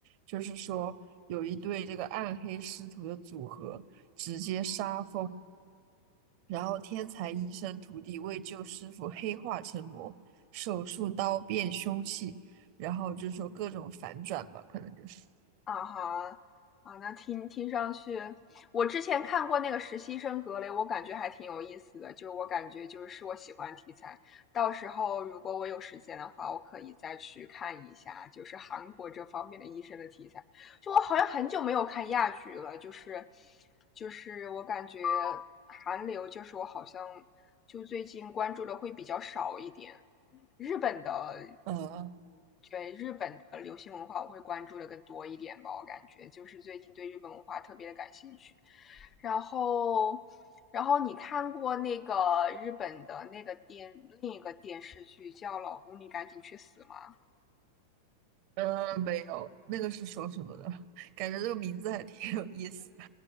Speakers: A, on the right (about 45°); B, on the left (about 25°).
A: 就是说有一对这个暗黑师徒的组合直接杀疯，然后天才医生徒弟为救师傅黑化成魔，手术刀变凶器，然后就说各种反转吧，可能就是。
B: 啊哈，啊，那听听上去，我之前看过那个实习生格雷，我感觉还挺有意思的，就是我感觉就是是我喜欢的题材。到时候如果我有时间的话，我可以再去看一下，就是韩国这方面的医生的题材。就我好像很久没有看亚剧了，就是就是我感觉韩流就是我好像就最近关注的会比较少一点。日本的
A: 嗯。
B: 对日本的流行文化，我会关注的更多一点吧。我感觉就是最近对日本文化特别的感兴趣。然后，然后你看过那个日本的那个电另一个电视剧叫《老公，你赶紧去死》吗？
A: 呃，没有，那个是说什么的？<laughs> 感觉这个名字还挺有意思的